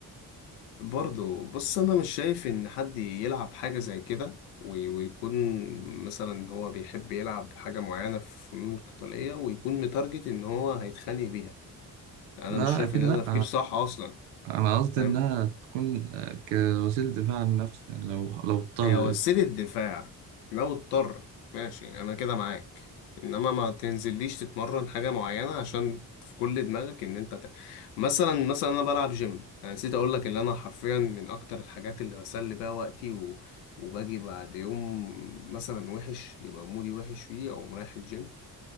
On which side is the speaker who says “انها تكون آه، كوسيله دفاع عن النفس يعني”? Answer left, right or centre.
Right